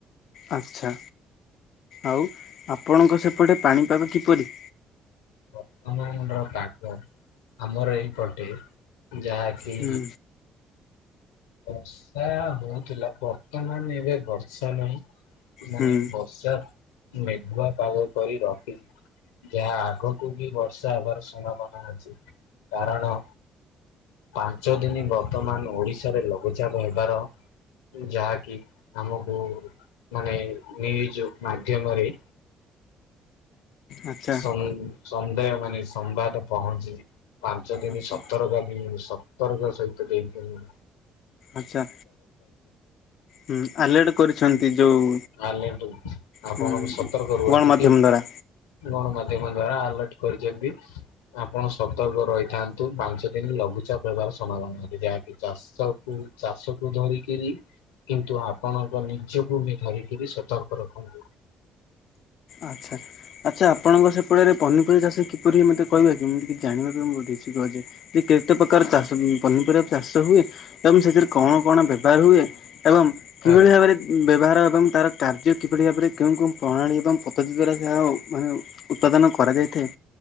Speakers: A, on the left (about 65°); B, on the left (about 85°).
A: ଆଚ୍ଛା। ଆଉ ଆପଣଙ୍କ ସେପଟେ ପାଣିପାଗ କିପରି?
B: <unintelligible> ମଣ୍ଡଳ କାଟ ଆମର ଏଇପଟେ ଯାହାକି
A: ହୁଁ
B: ବର୍ଷା ହଉଥିଲା। ବର୍ତ୍ତମାନ ଏବେ ବର୍ଷା ନାହିଁ। ମାନେ
A: ହୁଁ
B: ବର୍ଷା ମେଘୁଆ ପାଗ କରି ରଖିଛି। ଯାହା ଆଗକୁ ବି ବର୍ଷା ହବାର ସମ୍ଭାବନା ଅଛି। କାରଣ ପାଞ୍ଚ ଦିନ ବର୍ତ୍ତମାନ ଓଡ଼ିଶାରେ ଲଘୁଚାପ ହେବାର ଯାହାକି ଆମକୁ ମାନେ ନ୍ୟୁଜ୍ ମାଧ୍ୟମରେ
A: ଆଚ୍ଛା
B: ସନ୍ ସନ୍ଦେହ ମାନେ ସମ୍ବାଦ ପହଞ୍ଚିବି। ପାଞ୍ଚ ଦିନି
A: ଆଚ୍ଛା
B: ସତରକା ଦି ସତର୍କ ସହିତ ଦେଇଥିଲି।
A: ଆଛା ହୁଁ ଆଲେର୍ଟ କରିଛନ୍ତି ଯୋଉ।
B: ଆଲେର୍ଟ ଆପଣ
A: ହୁଁ
B: ବି ସତର୍କ ରୁହନ୍ତୁ
A: ଗଣମାଧ୍ୟମ
B: କି
A: ଦ୍ଵାରା
B: ଗଣ ମାଧ୍ୟମ ହବା ଦ୍ଵାରା ଆଲର୍ଟ କରିଛନ୍ତି ଆପଣ ସତର୍କ ରହିଥାନ୍ତୁ ପାଞ୍ଚ ଦିନ ଲଘୁଚାପ ହେବାର ସ ମ୍ଭାବନା ଯାହାକି ଚାଷକୁ ଚାଷକୁ ଧରିକିରି କିନ୍ତୁ ଆପଣଙ୍କ ନିଜକୁ ବି ଧରିକିରି ସତର୍କ ରଖନ୍ତୁ।
A: ଆଚ୍ଛା ଆଚ୍ଛା ଆପଣଙ୍କ ସେପଟେରେ ପନିପରିବା ଚାଷ କିପରି ମତେ କହିବେ କି ମୁଁ ଟିକେ ଜାଣିବା ପାଇଁ ବହୁତ ଇଚ୍ଛୁକ। କି କେତେ ପ୍ରକାର ଚାଷ ପନିପରିବା ଚାଷ ହୁଏ ତମେ ସେଥିରେ କଣ କଣ ବ୍ୟବହାର ହୁଏ? ଏବଂ କିଭଳି
B: ଆଜ୍ଞା
A: ଭାବରେ ବ୍ୟବହାର ଏବଂ ତାର କାର୍ଯ୍ୟ କିଭଳି ଭାବରେ କେଉଁ କେଉଁ ପ୍ରଣାଳୀ ଏବଂ ପଦ୍ଧତି ଦ୍ଵାରା ଯାହା ହଉ ମାନେ ଉତ୍ପାଦନ କରାଯାଇଥାଏ।